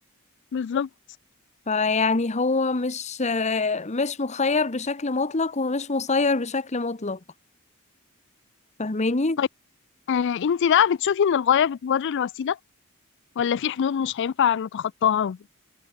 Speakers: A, on the left; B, on the left.
A: بالظبط
B: فيعني هو مش مش مخير بشكل مطلق ومش مسير بشكل مطلق فاهماني
A: طيب آه انتي بقى بتشوفي ان الغاية بتبرر الوسيلة ولا في حدود مش هينفع نتخطاها